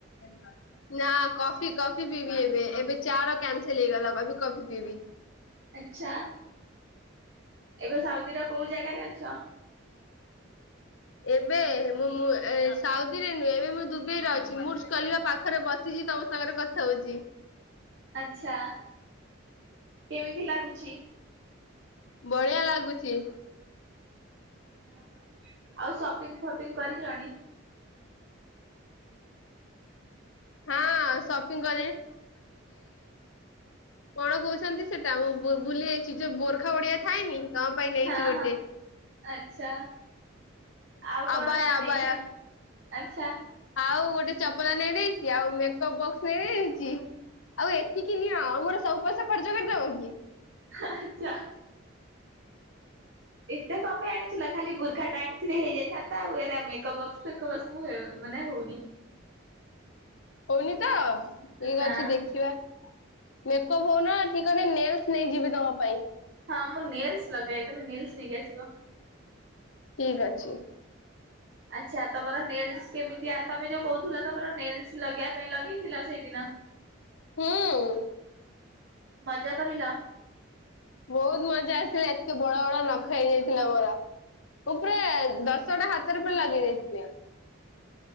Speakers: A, on the left (about 75°); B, on the right (about 60°).
A: <inaudible> ନା କଫି କଫି ପିଇବି ଏବେ ଏବେ ଚା ର କ୍ୟାନସେଲ ହେଇଗଲା କି କଫି ପିଇବି।
B: ଆଛା ଏବେ ସାଉଦିର କୋଉ ଜାଗାରେ ଅଛ?
A: ଏବେ ମୁଁ ମୁଁ ସାଉଦିରେ ନୁହେଁ ଏବେ ମୁଁ ଦୁବାଇରେ ଅଛି ମୁରଜଖାଲିଫା ପାଖରେ ବସିଛି। ତମ ସାଙ୍ଗରେ କଥା ହଉଚି।
B: ଆଚ୍ଛା କେମିତି ଲାଗୁଛି?
A: ବଢିଆ ଲାଗୁଚି।
B: ଓହୋ ଆଉ ସପିଂ ଫପିଂ କରିଲଣି।
A: ହଁ ସପିଂ କ କଣ କହୁଛନ୍ତି ସେଟା ମୁଁ ଭୁ ଭୁଲି ଯାଇଛି ଯୋଉ ବୋରଖା ବଡିଆ ଥାଏନି ତମ ପାଇଁ ନେଇଛି
B: ହଁ
A: ଗୋଟେ
B: ହଁ ଆଚ୍ଛା। ଆଉ କଣ
A: ଆବାୟା
B: କଣ
A: ଆବାୟା
B: ନେଇଛ ଆଛା।
A: ଆଉ ଗୋଟେ ଚପଲ ନେଇଦେଇଛି ଆଉ ମେକଅପ୍ ବକ୍ସ ନେଇଦେଇଛି। ଆଉ ଏତିକି ନିଁ ଆଉ ମୋର ସବୁ ପଇସା ଖର୍ଚ୍ଚ କରିଦବ କି?
B: ଆଚ୍ଛା। ଏତେ କଣ ପାଇଁ ଆଣିଥିଲେ ଖାଲି ବୁର୍ଖା ଟା ଆଣିଥିଲେ ହେଇଯାଇଥାନ୍ତା ଆଉ ଏରା ମେକପ ଫେକପ ମୁଁ ଏଁ ନାଇଁ ହଉନି।
A: ହଉନି ତ ଠିକ
B: ନା
A: ଅଛି ଦେଖିବା। ମେକଅପ ହଉନ ଠିକ ଅଛି ନେଲସ ନେଇଯିବି ତମ ପାଇଁ।
B: ହଁ ମୁଁ ନେଲ୍ସ ଲଗାଏ ତମେ ନେଲ୍ସ ନେଇକି ଆସିବ।
A: ଠିକ ଅଛି।
B: ଆଚ୍ଛା ତମର ନେଲ୍ସ କେମିତିଆ ତମେ ଯୋଉ କହୁଥିଲ ତମର ନେଲ୍ସ ଲଗେଇବା ପାଇଁ ଲଗେଇଥିଲ। ସେଦିନ
A: ହୁଁ!
B: ମଜା କରିଲ!
A: ବହୁତ ମଜା ଆସିଲା, ଏତେ ବଡ ବଡ ନଖ ହେଇଯାଇଥିଲା ମୋର! ମୁଁ ପୁରା ଦଶଟା ହାତରେ ପୁଣି ଲଗେଇ ଦେଇଥିଲି